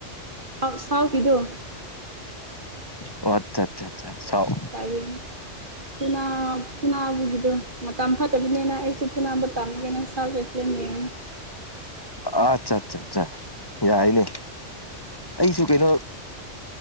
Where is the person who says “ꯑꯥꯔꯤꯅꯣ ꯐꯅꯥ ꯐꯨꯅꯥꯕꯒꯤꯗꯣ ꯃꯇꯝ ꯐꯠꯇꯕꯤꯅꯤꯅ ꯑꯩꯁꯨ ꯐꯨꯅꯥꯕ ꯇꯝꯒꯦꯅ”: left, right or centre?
Right